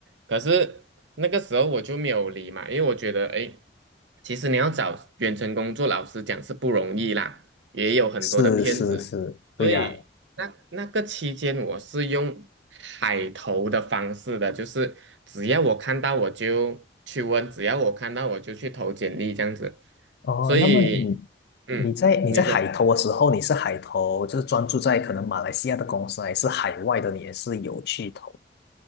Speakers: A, on the right (about 80°); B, on the left (about 60°).
A: 可是那个时候我就没有理嘛，因为我觉得，诶，其实你要找远程工作老师讲是不容易啦。也有很多的骗子，
B: 是是是，对呀、
A: 所以那那个期间我是用海投的方式的，就是只要我看到我就去问，只要我看到我就去投简历这样子，
B: 哦，
A: 所以
B: 那么你
A: 嗯，
B: 你在你在海投的时候，
A: 你说。
B: 你是海投，就是专注在可能马来西亚的公司，还是海外的，你也是有去投？